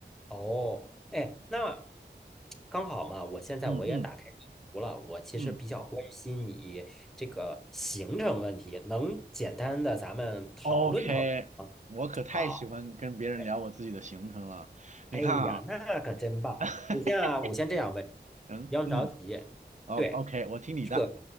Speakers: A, in the centre; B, on the right.
A: 哦，哎，那刚好嘛，我现在我也打开地图了。
B: 嗯嗯
A: 我其实比较关心你这个行程问题，
B: 嗯
A: 能简单的咱们讨论讨论吗？
B: ，OK，我可太喜欢跟别人聊我自己的行程了。
A: 好。哎
B: 你看啊，
A: 哎呀，那可真棒！
B: <laughs>
A: 你像我先这样问，
B: 嗯嗯，
A: 不用着急。
B: 哦
A: 对，
B: OK，我听你的，
A: 这个，